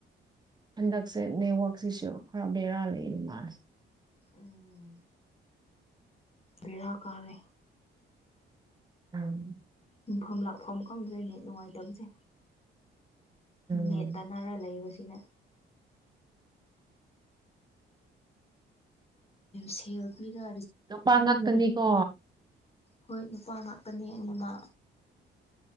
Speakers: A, on the right; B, on the left.
A: ꯍꯟꯗꯛꯁꯦ ꯅꯦꯠꯋꯛꯁꯤꯁꯨ ꯈꯔ ꯕꯦꯔꯥ ꯂꯩꯌꯦ ꯃꯥꯜꯂꯦ
B: ꯎꯝ ꯕꯤꯔꯥ ꯀꯥꯔꯦ
A: <unintelligible>
B: ꯌꯐꯝ ꯂꯥꯛꯐꯝ ꯈꯪꯗꯨꯗꯅꯦ ꯅꯨꯡꯉꯥꯏꯇꯕꯁꯦ
A: ꯎꯝ
B: ꯅꯦ ꯇꯅꯔ ꯂꯩꯕꯁꯤꯅ ꯁꯦꯜ ꯄꯤꯔꯥ
A: ꯅꯨꯄꯥ ꯉꯥꯛꯇꯅꯤꯀꯣ
B: ꯍꯣꯏ ꯅꯨꯄꯥ ꯉꯥꯛꯇꯅꯦ ꯑꯅꯤꯃ